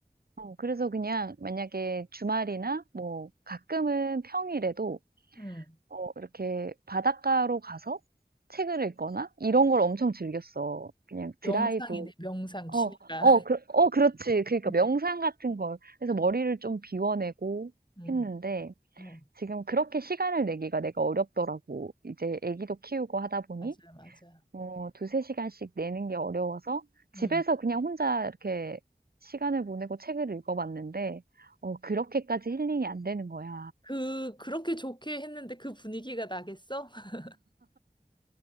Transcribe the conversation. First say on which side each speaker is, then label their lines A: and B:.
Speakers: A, on the right (about 65°); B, on the left (about 25°).
A: 어, 그래서 그냥 만약에 주말이나 뭐 가끔은 평일에도
B: 응.
A: 어, 이렇게 바닷가로 가서 책을 읽거나 이런 걸 엄청 즐겼어. 그냥
B: 명상이네,
A: 드라이브.
B: 명상 취미가.
A: 어, 어, 그, 어, 그렇지. 그러니까
B: <laughs>
A: 명상 같은 걸. 그래서 머리를 좀 비워내고
B: 응.
A: 했는데
B: 어,
A: 지금 그렇게 시간을 내기가 내가 어렵더라고. 이제 애기도 키우고 하다 보니.
B: 맞아, 맞아.
A: 어, 두세 시간씩 내는 게 어려워서 집에서
B: 응.
A: 그냥 혼자 이렇게 시간을 보내고 책을 읽어봤는데, 어, 그렇게까지 힐링이 안 되는 거야.
B: 그, 그렇게 좋게 했는데 그 분위기가 나겠어? <laughs>